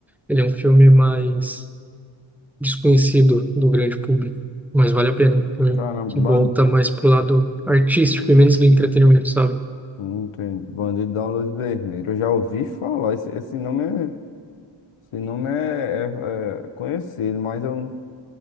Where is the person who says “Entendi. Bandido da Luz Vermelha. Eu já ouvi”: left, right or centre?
Left